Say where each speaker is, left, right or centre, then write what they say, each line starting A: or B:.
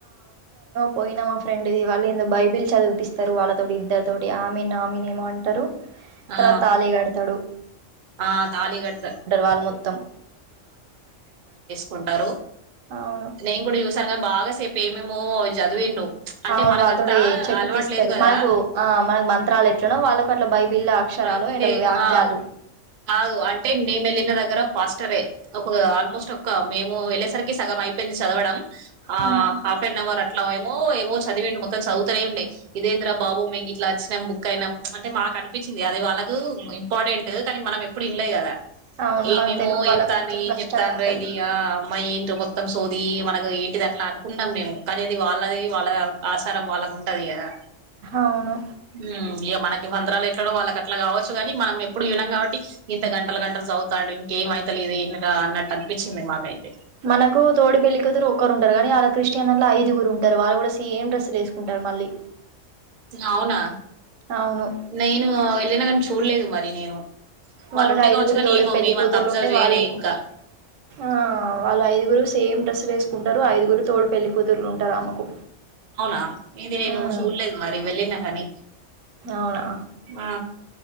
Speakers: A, on the right; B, on the right.
A: పోయిన మా ఫ్రెండ్ ది వాళ్ళు ఏందో బైబిల్ చదివిపిస్తారు వాళ్ళతోటి ఇద్దరు తోటి ఆమె నామిన ఏమో అంటారు.
B: ఆ
A: తర్వాత తాళి గడతడు.
B: ఆ తాలి గాడ్
A: వాళ్ళు మొత్తం
B: కుంటారు
A: అవును
B: నేం కూడా చూస్ <unintelligible> బాగా సేపు ఏమేమో చదివిండు అంటే
A: అవును
B: మనకంతా
A: వాళ్ళతోటి చెప్పిపిస్తారు
B: అలవాటు లేదు కదా
A: మనకు ఆ మనకు మంత్రాలు ఎట్లనో వాళ్ళకు అట్లా బైబిల్
B: ఆ
A: అక్షరాలు
B: బైబిలే
A: అండ్ వ్యాఖ్యాలు
B: ఆ కాదు అంటే మేము వెళ్ళిన దగ్గర పాస్టరే ఒక ఆల్మోస్ట్ ఒక మేము వెళ్ళేసరికి సగం అయిపో యింది చదవడం ఆ
A: ఉమ్
B: హాఫ్ అన్ అవర్ అట్లా ఏమో ఏమో చదివండి మొత్తం చదువుతనే ఉండే ఇదేంద్ర బాబు మేము ఇట్లా వచ్చినాం బుక్ అయినాం అంటే మాకు అనిపించింది అది వాళ్ళకు ఇంపార్టెంట్ మనం ఎప్పుడు ఇన్లే గదా
A: అవును
B: ఏమేమో
A: మనం తెలుగు వాళ్ళకు
B: చెప్తాండ్రు
A: కొంచెం
B: ఏమి
A: కష్టమే
B: చెప్తండ్రో
A: ఉంటది
B: ఇది అ ఏంట్రా మొ మొత్తం సోది మనకు ఏంటిది అట్లా అనుకుంటాం మేము కానీ అది వాళ్ళది వాళ్ళ ఆచారం వాళ్ళకు ఉంటది గదా.
A: అవును
B: మ్ ఇగ మనకు మంత్రాలూ ఎట్లనో వాళ్ళకి అట్ల కావచ్చుగాని మన ఎప్పుడు యు కాబట్టి ఇంత గంటలు గంటలు చదువుతాండు ఇంకేంమయితలేదు ఏందిరా అన్నట్టు అనిపించింది మాకైతే
A: మనకు తోడి పెళ్లి కూతురు ఒకరు ఉంటారు కానీ వాళ్ళ క్రిస్టియన్ అంట్ల ఐదుగురు ఉంటారు వాళ్ళు కూడా సేమ్ డ్రస్సులు వేసుకుంటారు మళ్ళీ
B: అవునా
A: అవును
B: నేను వెళ్లిన గాని చూడలేదు మరి నేను వాళ్ళు
A: వాళ్ళకి
B: ఉండే
A: ఐదుగురు
B: కావచ్చు కానీ
A: తోడి
B: ఏమో
A: పెళ్లి
B: మేమంత
A: కూతురులు
B: అబ్జర్వ్
A: ఉంటే
B: చేయలే
A: వాళ్ళు
B: ఇంకా
A: ఆ వాళ్ళు ఐదుగురు సేమ్ డ్రస్లు వేసుకు కుంటారు ఐదుగురు తోడు పెళ్లి కూతుర్లు ఉంటారు ఆమెకు
B: అవునా ఇది నేను
A: ఉమ్
B: చూడలేదు మరి వెళ్ళిన కానీ
A: అవునా
B: ఆ